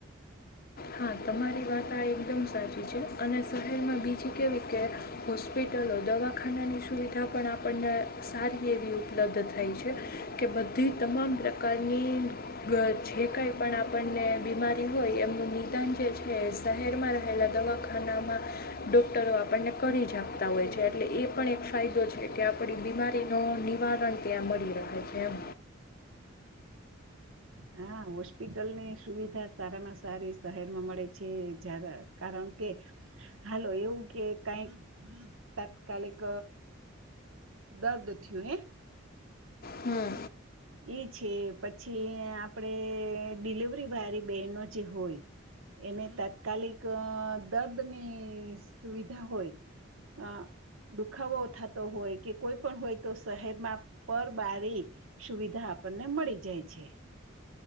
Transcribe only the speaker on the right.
હા હોસ્પિટલની સુવિધા સારામાં સારી શહેરમાં મળે છે જ્યારે કારણ કે હાલો એવું કે કઈક તાત્કાલિક દર્દ થયું એ
ઈ છે પછી આપડે ડીલિવરી વારી બહેનો જે હોય એને તાત્કાલિક દર્દની સુવિધા હોય દુખાવો થતો હોય કે કોઈ પણ હોય તો શહેરમાં પર બારી સુવિધા આપણને મળી જાય છે.